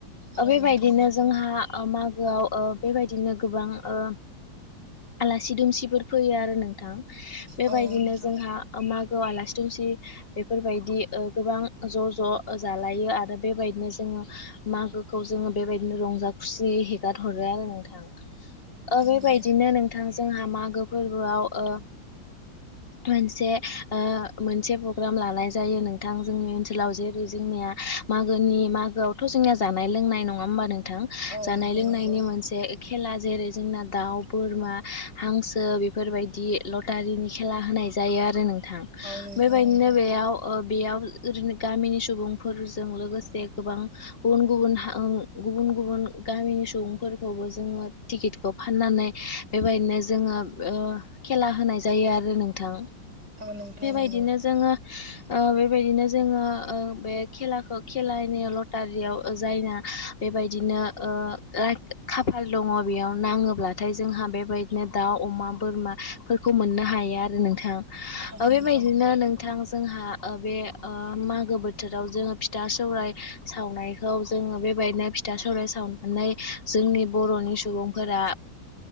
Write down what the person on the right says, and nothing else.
औ
नोंथां
औ नोंथां
नंगौ
औ
नोंथां
नंगौ
औ नोंथां
नंगौ औ नोंथां नंगौ
औ नोंथां
नंगौ औ
नोंथां
नंगौ